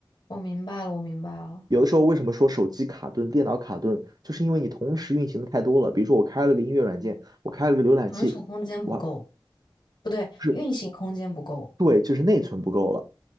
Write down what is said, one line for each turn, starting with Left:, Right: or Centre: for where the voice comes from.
Left: 我明白了，我明白了。
Right: 有的时候为什么说手机卡顿、电脑卡顿，就是因为你同时运行的太多了。比如说我开了个音乐软件，我开了个浏览器，
Left: 存储空间不够，
Right: 我
Left: 不对，
Right: 不是
Left: 运行空间不够。
Right: 对，就是内存不够了，